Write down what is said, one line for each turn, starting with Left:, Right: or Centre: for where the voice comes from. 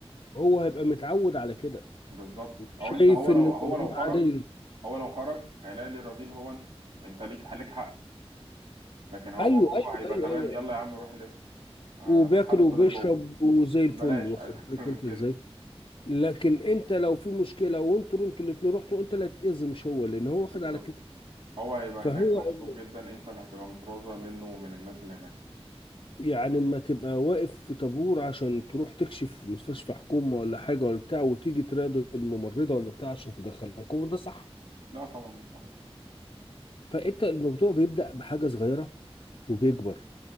Left: هو هيبقى متعود على كده
Right: بالظبط او
Left: شايف
Right: انت هو لو
Left: ان الامور
Right: هو لو خرج
Left: عاديه
Right: هو لو خرج هيلاقي اللي رذيل هو انت انت ليك ليك حق لكن هو
Left: ايوه
Right: جوه
Left: ايوه
Right: هيبقى
Left: ايوه
Right: تمام
Left: ايوه
Right: يلا يا عم روح الاسم انا
Left: وبياكل
Right: اصحابي
Left: وبيشرب
Right: كلهم جوه
Left: وزي
Right: بلاش
Left: الفل واخد
Right: عايز اكتر
Left: بالك
Right: من
Left: انت
Right: كده
Left: ازاي لكن انت لو في مشكله وانتوا انتوا الاتنين رحتوا انت اللي هتتاذي مش هو لان هو واخد
Right: بالظبط
Left: على كده
Right: هو هيبقى
Left: فهو
Right: هناك مبسوط
Left: ال-
Right: جدا انت اللي هتبقى متروضة منه ومن الناس اللي هناك
Left: يعني ما تبقى واقف في طابور عشان تروح تكشف في مستشفى حكومه ولا حاجه ولا بتاع وتيجي تراضي الممرضه ولا بتاع عشان تدخلك هو ده صح
Right: لا طبعا بصراحة
Left: فانت الموضوع بيبدا بحاجه صغيره وبيكبر